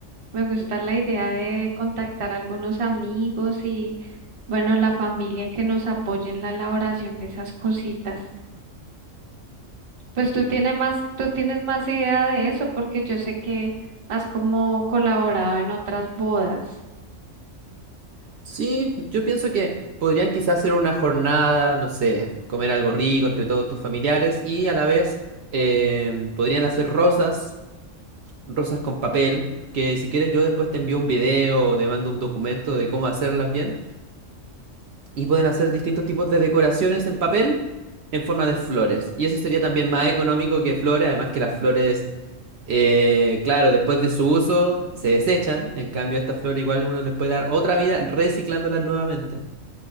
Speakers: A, on the right; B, on the right.
A: me gusta la idea de contactar a algunos amigos y, bueno, la familia que nos apoye en la elaboración de esas cositas. Pues tú tienes más, tú tienes más idea de eso porque yo sé que has como colaborado en otras bodas.
B: Sí, yo pienso que podrían quizás hacer una jornada, no sé, comer algo rico entre todos tus familiares y a la vez em, podrían hacer rosas rosas con papel, que si quieres yo después te envío un video o te mando un documento de cómo hacerlas bien. Y pueden hacer distintos tipos de decoraciones en papel en forma de flores. Y eso sería también más económico que flores, además que las flores, eh, claro, después de su uso se desechan. En cambio, esta flor igual uno le puede dar otra vida reciclándolas nuevamente.